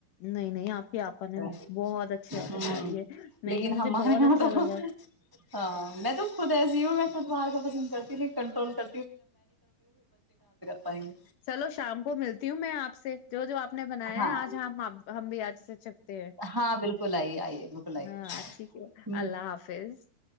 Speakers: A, on the left; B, on the right.
A: نہیں نہیں آپ ہی آپ نے
B: ہ
A: بہت اچھی عادت ڈالی ہے نہیں
B: لیکن
A: مجھے
B: ہمارے
A: بہت
B: وہاں
A: اچھا
B: تو
A: لگا
B: ہاں میں تو خود ایسی ہوں میںتوار کا پسند ج کنرول کر پائیں گے
A: چلو شام کو ملتی ہوں میں آپ سے جو جو آپ نے بنایا
B: ہاں
A: ہے آج ہم ہم بھی آج سے ہیں
B: ہاں بالکل آئیے آئیے بالکل آئیے
A: ہاں ٹھیک ہے
B: ہ
A: اللہ حافظ